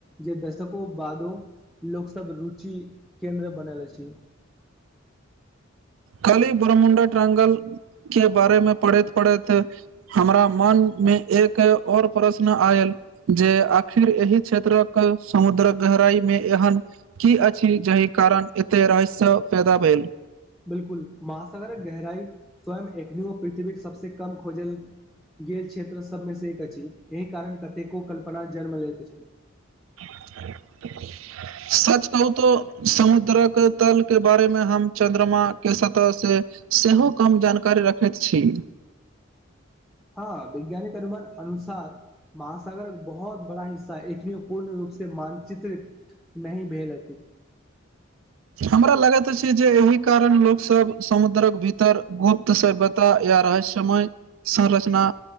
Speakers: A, in the centre; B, on the right.
A: जे दशकों बादो लोक सब रुचि केन्द्र बनल अछी।
B: खाली ब्र्मुण्डा ट्रंगल के बारेमे पढ़ैत पढ़ैत हमरा मन मे एक और प्रश्न आयल जे आखिर एहि क्षेत्रक समुद्र गहराई मे एहन की अछि जाहि कारण एते रहस्य पैदा भेल।
A: बिलकुल महासागर गहराइ स्वयं एक पृथ्वी सबस कम खोजल गेल क्षेत्र सबमे से एक अछि एहि कारण कतेको कल्पना जन्म लैत अछि।
B: <unintelligible> सच कहू तो समुद्रक तल के बारे मे हम चंन्द्रमा के सतह से सेहो कम जानकारी रखैत छी।
A: हँ वैज्ञानिक अनुमान अनुसार महासागर एक बहुत बड़ा हिस्सा ह एक पूर्ण रूप से मानचित्र नहि भेल अछि।
B: हमरा लगैत अछि जे एहि कारण लोक सब समुद्रक भीतर गुप्त से तऽ या रहस्यमय संरचना